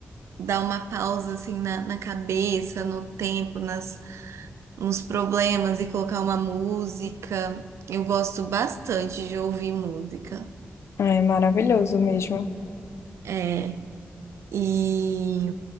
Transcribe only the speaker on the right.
dar uma pausa, assim, na, na cabeça, no tempo, nas, nos problemas e colocar uma música. Eu gosto bastante de ouvir música.
É, e,